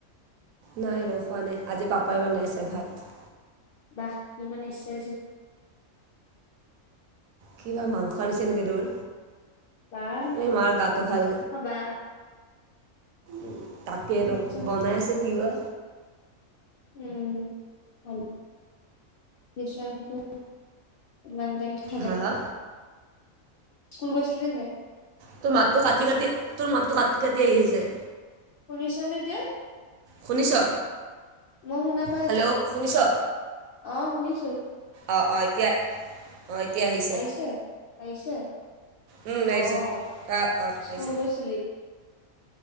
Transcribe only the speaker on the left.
<unintelligible>
বাহ
মাংস
খাবা
মন যায়
উম, <unintelligible> <unintelligible>
স্কুল গৈছিলি নে নাই।
শুনিছা নে এতিয়া।
মই শুনা পাই
আছোঁ,
অ' শুনিছো।
আহিছে, আহিছে,
অ'
স্কুল
গৈছিলি।